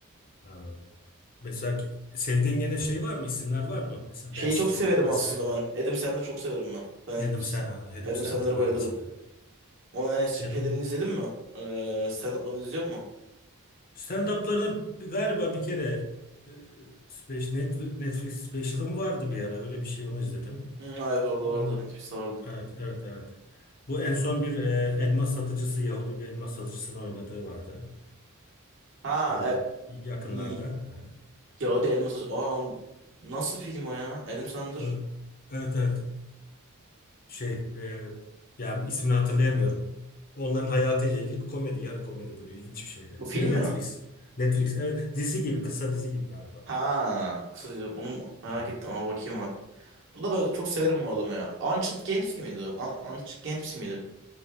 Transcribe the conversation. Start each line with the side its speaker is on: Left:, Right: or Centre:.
Left: Anladım. Mesela ki- sevdiğin gene şey var mı? İsimler var mı? Mesela
Right: Şeyi
Left: Ben Stiller
Right: çok severim
Left: vesaire.
Right: aslında ben. Adam Sandler'ı çok severim ben. Ben
Left: Adam, Sen ha, Adam
Right: Adam
Left: Sandler
Right: Sandler'a bayılırım.
Left: ben de seni.
Right: Onun en s-
Left: Adam
Right: şeylerini izledin mi? Ee, stand-up'larını izliyor musun?
Left: stand-up'larını bir- galiba bir kere e, Space- Netflix Netflix special'ım vardı bir ara. Öyle bir şey onu izledim.
Right: Hı, evet orada
Left: E,
Right: vardı. Netflix'te vardı.
Left: Evet, evet, evet. Bu en son bir e, elmas satıcısı, Yahudi bir elmas satıcısını oynadığı vardı.
Right: Ha,
Left: Tabii yakınlarda.
Right: e,
Left: Aha.
Right: Ya o da elmas. Aa onu- nasıl film o ya? Adam Sandler.
Left: Ö- Evet, evet. Şey, e, yani ismini hatırlayamıyorum. Onların hayatıyla ilgili bir komedi, yarı komedi böyle ilginç bir şeydi.
Right: Bu film
Left: Yine Netflix.
Right: mi?
Left: Netflix, evet. Dizi gibi, kısa dizi gibi galiba.
Right: Ha, kısaca onu merak
Left: Hmm.
Right: ettim ama bakayım bak. Bu da ben çok severim bu adamı ya. Ancient Games gibi miydi? o? Un- Ancient Games miydi?